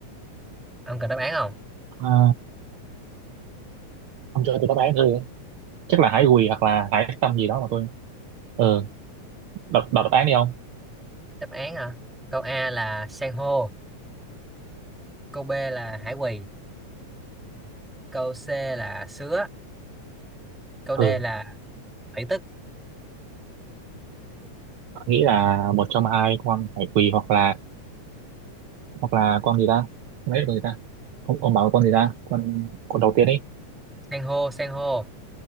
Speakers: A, in the centre; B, on the right.
A: ông cần đáp án không
B: À, ông cho tôi đáp án thôi. Chắc là hái gùi hoặc là hái xong gì đó mà tôi. Ừ, đọc, đọc đáp án đi ông.
A: đáp án hả câu A là san hô câu B là hải quỳ câu C là sứa câu
B: Ừ,
A: D là thủy tức
B: tôi nghĩ là một trong hai con hải quỳ hoặc là hoặc là con gì ta? Không biết là con gì ta? Không, ông bảo là con gì ta? Con con đầu tiên ấy.
A: san hô san hô